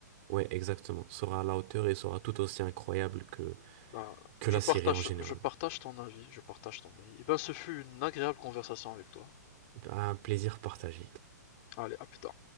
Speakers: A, on the right; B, on the left.
A: ouais, exactement, sera à la hauteur et sera tout aussi incroyable que,
B: Bah,
A: que
B: je
A: la
B: partage,
A: série en général.
B: je partage ton avis, je partage ton avis. Et ben, ce fut une agréable conversation avec toi.
A: Bah, Un plaisir partagé.
B: Allez, à plus tard.